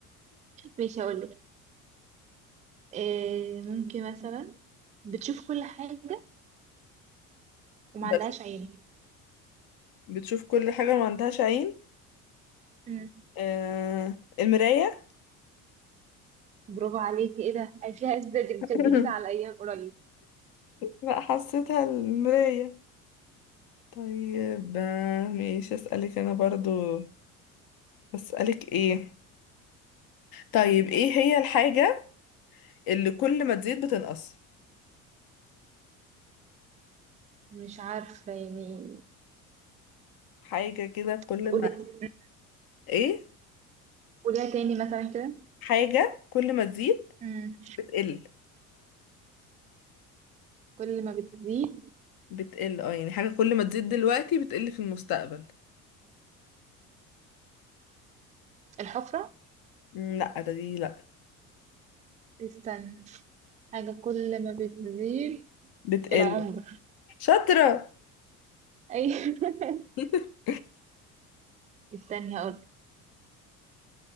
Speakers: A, on the right; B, on the left.
A: ماشي اقول لك إيه ممكن مثلا بتشوف كل حاجة وما عندهاش
B: بشوف.
A: عين
B: بتشوف كل حاجة ما عندهاش عين
A: امم
B: آه... المراية
A: برافو عليكي ايه ده عايشاها ازاي دي
B: <laughs>
A: كانت جديدة على ايام قريب
B: لا حسيتها المراية طيب آه، ماشي اسألك انا برضو اسألك ايه طيب ايه هي الحاجة اللي كل ما تزيد بتنقص
A: مش عارفة يعني
B: حاجة كده كل
A: طب قولي
B: ما
A: مم.
B: ايه
A: قوليها تاني مثلا كده
B: حاجة كل ما تزيد
A: امم
B: بتقل
A: كل ما بتزيد
B: بتقل اه يعني حاجة كل ما تزيد دلوقتي بتقل في المستقبل
A: الحفرة
B: مم، لا ده دي لا
A: استنى حاجة كل ما بتزيد
B: بتقل
A: العمر
B: شاطرة
A: اي
B: <laughs>
A: <laughs> استني اقول